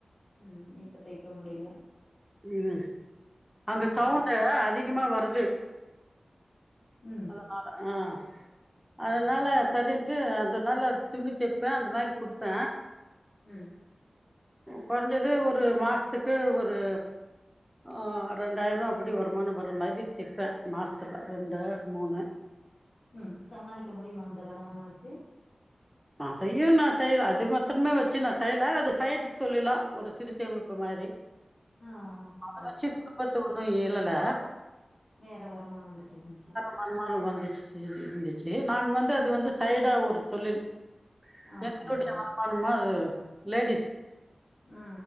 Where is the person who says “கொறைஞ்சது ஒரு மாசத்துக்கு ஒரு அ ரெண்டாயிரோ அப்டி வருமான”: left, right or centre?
Centre